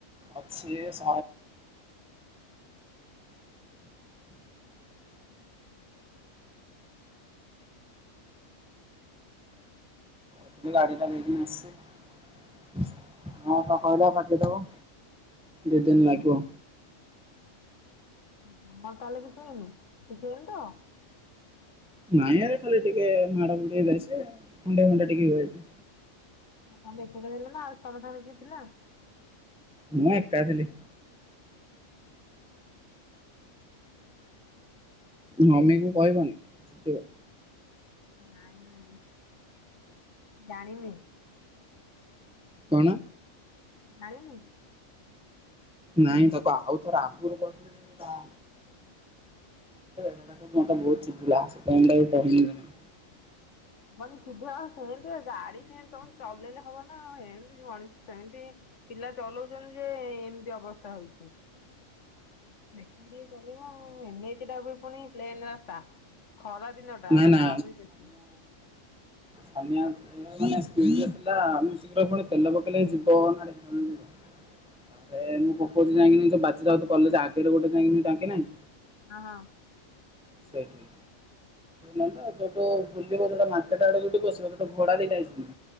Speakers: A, in the centre; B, on the left.
A: ଅଛି ଏ <inaudible> <inaudible> ଯାଇଥିଲି ଗାଡିଟା ନେଇକି, ସେ ହଁ ତ କହିଲା ବାକିଦେବ। ଦି ଦିନ ଲାଗିବ।
B: ତମର ତାହେଲେ କିଛି ହେଇନି, କିଛି ହେଇନି ତ?
A: ନାଇଁ ଆରେ ଖାଲି ଟିକେ ମାଡମୁଡି ହେଇଯାଇଛି, ଖଣ୍ଡିଆଫଣ୍ଡିଆ ଟିକେ ହେଇଯାଇଛି।
B: ମା ତମେ ଏକୁଟିଆ ଥିଲ ନା ଆଉ ତମ ସାଙ୍ଗରେ କିଏ ଥିଲା?
A: ମୁଁ ଏକା ଥିଲି। ମମିକୁ କହିବନି ପିଟିବ।
B: ନାଇଁ ନାଇଁ ଜାଣିନି।
A: କଣ?
B: ଜାଣିନି?
A: ନାଇଁ ତାକୁ ଆଉ ଥରେ ଆଗରୁ କହିଥିଲି ଜା <unintelligible> ବହୁତ ଚିଡିଲା ସେଥିପାଇଁ ତାକୁ କହିଲିନି।
B: ବନ୍ ସିଧା ସେମତି ଗାଡି ସେମତି ତମେ ଚଲେଇଲେ ହବ ନା ଏମତି ମଣିଷ ସେମିତି ପିଲା ଚଲଉଛନ୍ତି ଯେ ଏମିତି ଅବସ୍ଥା ହଉଛି। ଦେଖିକି ଟିକେ ଚଲେଇବ ଆଉ ଏନଏଚ୍ ଟା ବି ପୁଣି ପ୍ଲେନ ରାସ୍ତା। ଖରା ଦିନଟା
A: ନା
B: ପୁଣି
A: ନା
B: ଆହୁରି ବେଶୀ।
A: ଛାନୀଆ ନାଇଁ ନାଇଁ ସ୍ପିଡରେ ଥିଲା ମୁଁ ଶୀଘ୍ର ପୁଣି ତେଲ ପକେଇଲେ ଯିବ ନା <unintelligible> ଥିବା। ତାପରେ ମୁଁ ପକଉଛି ଯାଇକିନି ଯୋଉ ବାଜିରାଉତ କଲେଜ ଆଗରେ ଗୋଟେ ଯାଇଙ୍କିନି ଟାଙ୍କି ନାହିଁ।
B: ହଁ, ହଁ।
A: ସେଇଠି ଯେ ସେଠୁ ଯୋଉ ନାହିଁତ ଛୋଟ ବୁଲିବ ଯୋଉଟା ମାର୍କେଟ ଆଡ଼ୁ ଯୋଉଠୁ ପସିବ ସେଇଠୁ ଘୋଡା ଦିଟା ହେଇଛନ୍ତି।